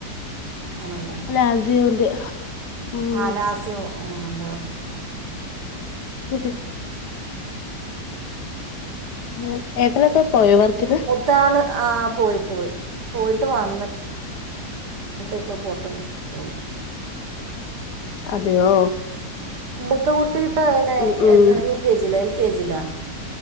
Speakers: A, on the right (about 75°); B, on the left (about 75°).
A: ആണല്ലേ
B: ലാസിയോന്റെ ഉം
A: ആഹ് ലാസ് ഓന്റെ വർക്ക്
B: <unintelligible> ഉം ഏട്ടനോക്കെ പോയോ വർക്കിന്
A: താണ് ആഹ് പോയി പോയി പോയിട്ട് വന്ന് ന്ന്ട്ട് പ്പോ പോട്ടും പോയി
B: അതെയോ
A: മുത്ത കുട്ടി <unintelligible>
B: ഉം ഉം
A: എൽ കെജില് എൽ കെജിലാ